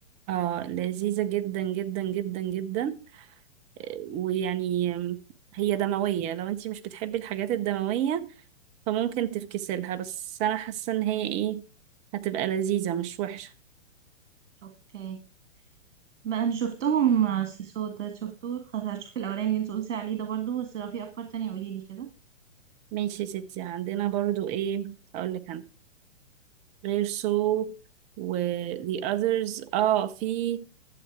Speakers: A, on the right; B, on the right.
A: اه لذيذة جدا جدا جدا جدا آه، ويعني آم، هي دموية لو انتي مش بتحبي الحاجات الدموية فممكن تفكسلها بس انا حاسة ان هي ايه هتبقى لذيذة مش وحشة
B: اوكي ما انا شفتهم آه، سيسو ده شفتوه خلاص هشوف الاولاني اللي انت قلتي عليه ده برضو بس لو في افكار تانية قوليلي كده
A: ماشي يا ستي عندنا برضو ايه اقولك انا غير سو و the others اه في